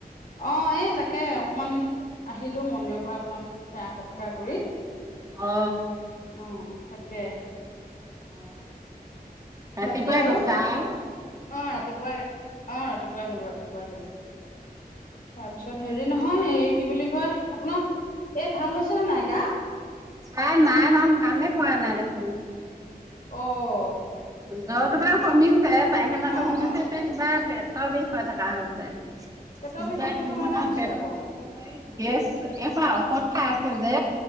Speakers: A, on the left; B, on the right.
A: অ এই তাকে অকমান আহিলো মন্দিৰৰ পৰা অকমান সেৱ সৎকাৰ কৰি।
B: অ
A: অ তাকে
B: অ ৰাতি
A: বাকী
B: পাই
A: আৰু
B: গৈছা আউ।
A: অ, ৰাতিপুৱাই অ, ৰাতিপুৱাই গ'লো ৰাতিপুৱাই গ'লো। তাৰপিছত হেৰি নহয় এই কি বুলি কয় আপোনাৰ এই ভাল হৈছে নে নাই গা?
B: তাই নাই ন ভালে পোৱা নাই দেখোন।
A: অ'।
B: জ্বৰতো বাৰু কমিছে পায়খানাটো
A: অ অ
B: কমিছে এতিয়া কিবা পেট ৰ বিষ হৈ থকা হৈছে
A: পেটৰ বিষটো
B: দুটাৰ
A: কিহৰ
B: তিনিবা
A: কাৰণে
B: মান
A: হৈছে
B: পেটটো
A: আকৌ
B: অ, গেছ <unintelligible> ঔসধ খাই আছে যে